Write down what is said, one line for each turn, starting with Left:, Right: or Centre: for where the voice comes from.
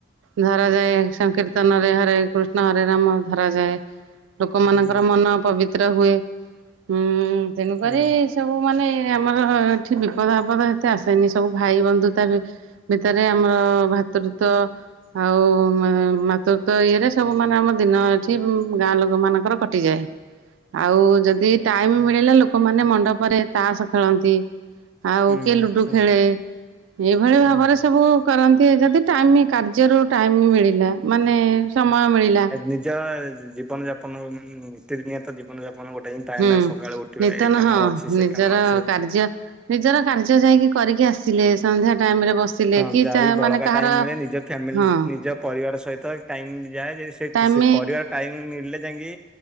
Right: ଧରାଯାଏ ସଂକୀର୍ତ୍ତନରେ ହରେ କୃଷ୍ଣ ହରି ନାମ ଧରାଯାଏ। ଲୋକମାନାନଙ୍କର
Centre: ହୁଁ
Right: ମନ ପବିତ୍ର ହୁଏ ଉଁ ତେଣୁକରି
Centre: ହୁଁ
Right: ସବୁ ମାନେ ଆମର ଏଠି ବିପଦ ଆପଦ ଏତେ ଆସେନି ସବୁ ଭାଇ ବନ୍ଧୁତା ଭିତରେ ଆମର ଭାତୃତ୍ୟ ଆଉ ମାତୃତ୍ଵ ଇଏରେ ସବୁ ମାନେ ଆମ ଦିନ ଏଠି ଗାଁ ଗାଁ ଲୋକମାନଙ୍କର କଟିଯାଏ। ଆଉ ଯଦି ଟାଇମ ମିଳିଲା ଲୋକମାନେ ମଣ୍ଡପରେ ତାସ ଖେଳନ୍ତି। ଆଉ
Centre: ହୁଁ
Right: କିଏ ଲୁଡୁ
Centre: ଆଚ୍ଛା
Right: ଖେଳେ ଏଇଭଳି
Centre: ହୁଁ
Right: ଭାବରେ
Centre: ହୁଁ।
Right: ସବୁ କରନ୍ତି ଯଦି ଟାଇମ କାର୍ଯ୍ୟ ର ଟାଇମ ମିଳିଲା ମାନେ ସମୟ ମିଳିଲା।
Centre: ନିଜ ଜୀବନ ଯାପନ ମାନ ନୀତି ନିୟତ ଜୀନ ଯାପନ ଗୋଟେ ହିଁ ଥାଏ
Right: ହୁଁ
Centre: ନା ସକାଳୁ ଉ ଉଠିବା
Right: ନିିତନ
Centre: ଏ କାମ
Right: ହଁ
Centre: ଅଛି ସେ
Right: ନିଜର
Centre: କାମ ଅଛି
Right: କାର୍ଯ୍ୟ ନିଜର କାର୍ଯ୍ୟ ଯାଇକି କରିକି ଆସିଲେ ସନ୍ଧ୍ୟା ଟାଇମରେ ବସିଲେ
Centre: ହଁ
Right: କି
Centre: ଯାହାବି ବଳକା
Right: ମାନେ କାହାର
Centre: ଟାଇମରେ ନିଜ ଫ୍ୟାମିଲି
Right: ହଁ
Centre: ନିଜ ପରିବାର ସହିତ ଟାଇମ ଯାଏ ଯଦି
Right: ଟାଇମ
Centre: ସେ ପରିବାର ଟାଇମ ମିଳିଲେ ଯାଇକି